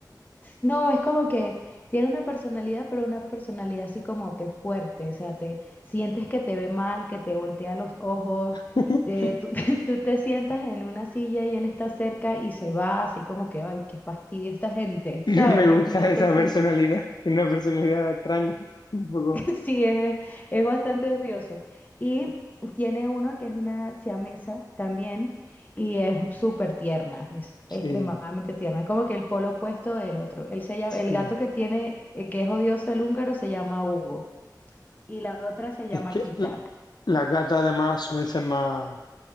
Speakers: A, on the left; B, on the left.
A: No, es como que tiene una personalidad, pero una personalidad así como que fuerte, o sea, te sientes que te ve mal, que te voltea los ojos,
B: <laughs>
A: eh, tú, <laughs> tú te sientas en una silla y él está cerca y se va así como que, ay, qué fastidio esta gente,
B: No
A: ¿sabes?
B: me gusta
A: <laughs> Es un gato
B: esa
A: así.
B: personalidad, tiene una personalidad extraña, un poco.
A: <laughs> Sí, es, es bastante odioso. Y tiene uno que es una siamesa también y es súper tierna, es
B: Sí,
A: extremadamente tierna. Es como que el polo opuesto del otro. Él se llama-
B: sí.
A: el gato que tiene, eh, que es odioso el húngaro, se llama Hugo y la otra se llama
B: Es que
A: Kita.
B: l- las gatas además suelen ser más,